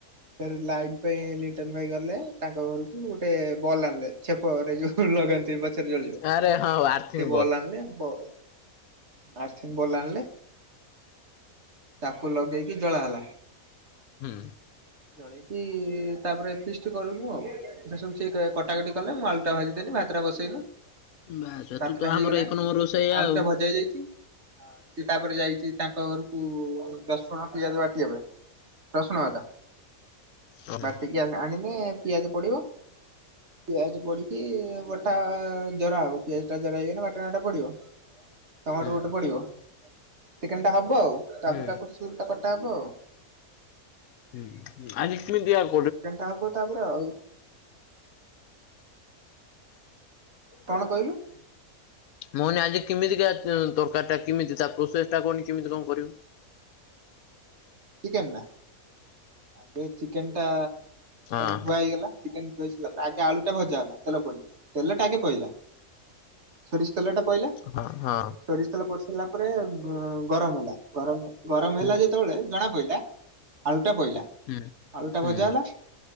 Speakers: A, on the right; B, on the left.
A: ସେ ଲାଇନ୍ ପାଇଁ ଲିଟନ ଭାଇ ଗଲେ। ତାଙ୍କ ଘରକୁ ଗୋଟେ ବଲ୍ ଆଣିଲେ ଛେପରେ ଯୋଉ ଲଗାନ୍ତି। ଚଳିବ
B: ଆରେ ହଁ ଆର୍ଥିଂ
A: ସେ ବଲ୍ ଆଣିଲେ ବ ଆସିନ୍ ବୋଲା ଆଣିଲେ ତାକୁ ଲଗେଇକି ଜଳା ହେଲା।
B: ହୁଁ
A: ଜଳେଇକି ତାପରେ ଫିଷ୍ଟ କରିବୁ ଆଉ। ଏ ସବୁ ସେ କଟାକଟି କଲେ ମୁ ଆଳୁଟାଭାଜି ଦେଲିି ଭାତଟା ବସେଇନି।
B: ବାସ୍
A: ଭାତଟା
B: ତୁ ତ
A: ହେଇଗଲାଣି
B: ଆମର ଏକ ନମ୍ବର ରୋଷେଇଆ
A: ଆଳୁ
B: ଆଉ।
A: ତ ଭଜା ହେଇଯାଇଛି। ହଁ ସିଏ ତାପରେ ଯାଇଛି ତାଙ୍କ ଘରକୁ ରସୁଣ ପିଆଜ ବାଟିବା ପାଇଁ। ପ୍ରଶ୍ନତା <unintelligible>
B: ହୁଁ
A: ବାଟିକି ଆଣିନେ ପିଆଜ ପଡିବ। ପିଆଜ ପଡିକି ବଟା ଜରା ହବ ପିଆଜ ଟା ଜରା ହେଇକ ବାଟଣା ଟା ପଡିବ। <inaudible> ଟମାଟୋ
B: ହୁଁ
A: ଗୋଟେ ପଡିବ ଚିକେନ ଟା ହବ ଆଉ ତାପରେ
B: ହୁଁ
A: କାକୁ ଟା କଟା ହବ ଆଉ।
B: ହଁ ଆଜି କିମେ ଦିଆ <unintelligible>
A: ଚିକେନ ଟା ହବ ତାପରେ ଆଉ। କଣ କହିଲୁ?
B: ମୁଁ ଆଜି କେମିତିକା ତରକାରୀ ଟା କେମିତି ତା ପ୍ରୋସେସ ଟା କନି କେମିତି କଣ କରିବୁ?
A: ଚିକେନ ନା, ଆଗ ଚିକେନ ଟା
B: ହଁ
A: ଧୁଆ ହେଇଗଲା। ଚିକେନ କହିସିଲା ପରେ ଆଗେ ଆଳୁ ଟା ଭଜା ହେଲା ତେଲ ପଡି ତେଲଟା ଆଗେ ପଡିଲା। ସୋରିଷ ତେଲ ଟା ପିଲଲା।
B: ହଁ ହଁ
A: ସୋରି ତେଲ ପଡି ସାରିଲା ପରେ ଗରମ ହେଲା। ଗରମ ଗରମ
B: ହୁଁ
A: ହେଲା ଯେତେବେଳେ- ଜଣା ପୋଇଲା ଆଳୁ ଟା ବୋଇଲା।
B: ହୁଁ
A: ଆଳୁ ଟା
B: ହୁଁ
A: ଭଜା ହେଲା।